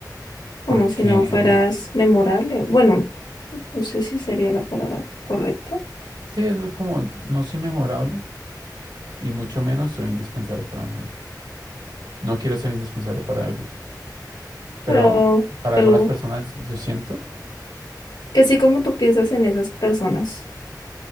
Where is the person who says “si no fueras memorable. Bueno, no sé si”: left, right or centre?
Left